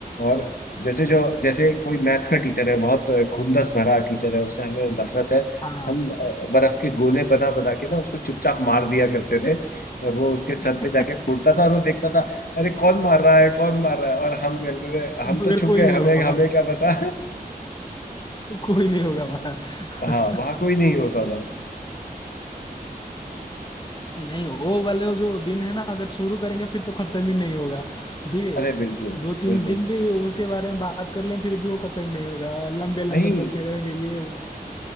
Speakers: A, on the left (about 65°); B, on the left (about 30°).
A: और जैसे जो जैसे कोई मैथ्स का टीचर है बहुत खुंदस भरा टीचर है उससे हमें नफरत है
B: हाँ
A: हम अ, बर्फ के गोले बना बना के ना उसको चुपचाप मार दिया करते थे और वो उसके सर
B: <laughs>
A: पे जाके फूटता था और वो देखता था अरे कौन मार रहा है कौन मार रहा है और हम कहते थे हम
B: मगर
A: तो छुप
B: कोई
A: गए
B: नहीं होगा
A: हमें
B: बाहर
A: हमें क्या पता
B: कोई नहीं होगा बाहर <laughs>
A: <laughs> हाँ वहां कोई नहीं होता था
B: नहीं वो वाले वो जो दिन है ना अगर शुरू करेंगे फिर तो खत्म ही नहीं होगा ठीक है
A: अरे बिल्कुल
B: दो तीन
A: बिल्कुल
B: दिन भी उसके बारे में बात कर लें फिर भी वो खत्म नहीं होगा लंबे लंबे
A: नहीं
B: चलते रहेंगे ये वो